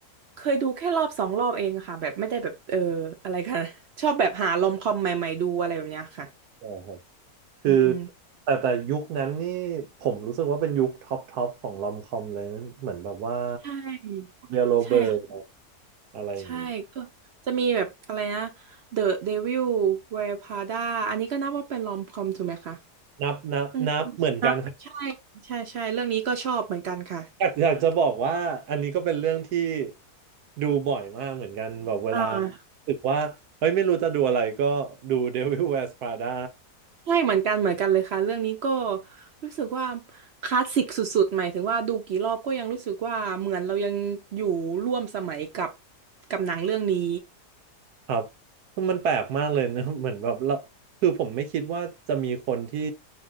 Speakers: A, on the right (about 65°); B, on the right (about 80°).
A: เคยดูแค่รอบสองรอบเองค่ะแบบไม่ได้แบบเอออะไรค่ะ <laughs> ชอบแบบหาลอมคอมใหม่ๆดูอะไรแบบเนี้ยค่ะ
B: ๆใช่ครับคือ
A: อืม
B: แต่แต่ยุคนั้นนี่ผมรู้สึกว่าเป็นยุคท็อปท็อปของลอมคอมเลยนะเหมือนแบบว่า
A: ใช่
B: เรียโรเบิร์ต
A: ใช่
B: อะไรอย่างงี้
A: ใช่ก็จะมีแบบอะไรนะ The Devil Wears Prada อันนี้ก็นับว่าเป็นลอมคอมถูกไหมคะ
B: นับนับนับเหมือนกันครับ
A: อืมนะใช่ใช่ใช่เรื่องนี้ก็ชอบเหมือนกันค่ะ
B: <laughs> อยากอยากจะบอกว่าอันนี้ก็เป็นเรื่องที่ดูบ่อยมากเหมือนกันแบบเวลา
A: อ่า
B: รู้สึกว่าเฮ้ยไม่รู้จะดูอะไรก็ดู <laughs> Devil Wears Prada
A: ใช่เหมือนกันเหมือนกันเลยค่ะเรื่องนี้ก็รู้สึกว่าคลาสสิกสุดๆหมายถึงว่าดูกี่รอบก็ยังรู้สึกว่าเหมือนเรายังอยู่ร่วมสมัยกับกับหนังเรื่องนี้
B: ครับมันแปลกมากเลยนะ <laughs> เหมือนแบบเราคือผมไม่คิดว่าจะมีคนที่